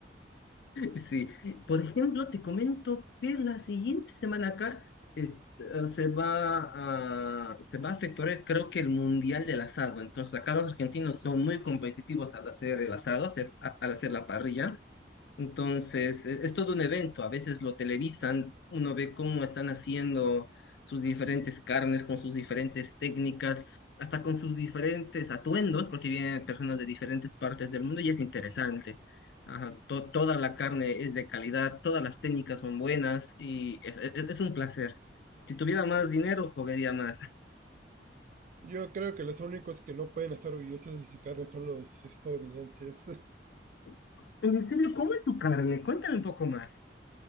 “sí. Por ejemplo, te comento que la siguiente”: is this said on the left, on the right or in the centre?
Left